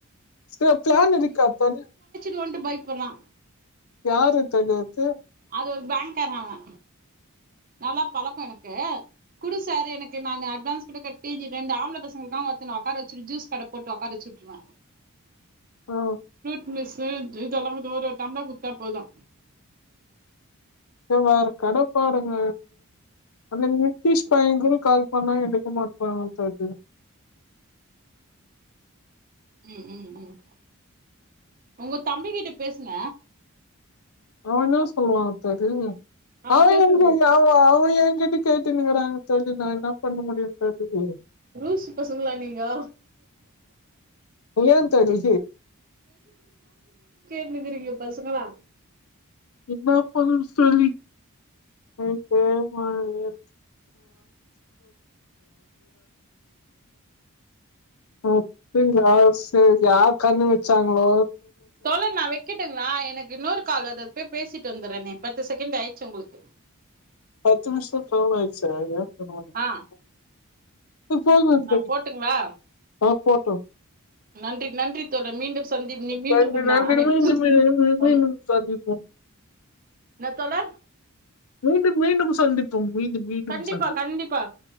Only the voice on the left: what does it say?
சிஸ்டர் ப்ளான் இருக்கா பாரு
யாரு தோழி அது
ஆ
வேற கடப்பாருங்க அந்த நிதிஷ் பையன் கூட கால் பண்ணா எடுக்க மாற்றா தோழி
அவே என்ன சொல்லுவான் தோழி
அவே
எங்க
அவே அவே எயா கிட்டக்கேக் படுத்துனுருக்குறங் தோழி நா இன்னா பண்ண முடியு தோழி
எயா தோழி
என்ன பண்ணனு தோழி மனசே ஒரு மாரியா இருக்கு <inaudible> <unintelligible> சேரி யார் கண்ணு வெச்சாங்கலோ
பத்து நிமிஷ்ஷோ போல ஆய்டுச்சா அதே சேரி ஓகே
இது போதுமா இந்த
தண்ணி
டே
நன்றி நன்றி
மீண்டும் மீண்டும் மீண்டும்
சந்திப்போம்
மீண்டும் மீண்டும் சந்திப்போம் மீ மீண்டும் மீண்டும்
சந்திப்